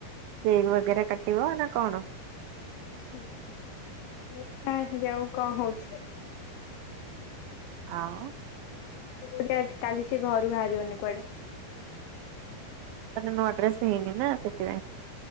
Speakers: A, on the right; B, on the left.
A: କେକ୍ ବଗେରା କାଟି ହେବ ନା କଣ
B: ହୁଁ ହୁଁ ଦେଖା ଯାଉ କଣ ହେଉଚି
A: ହଁ
B: ସେ କହୁଚି କାଲି ସେ ଘରୁ ବାହାରିବନି କୁଆଡେ
A: ତା ନୂଆ ଡ୍ରେସ୍ ହେଇନି ନା ସେଥିପାଇଁ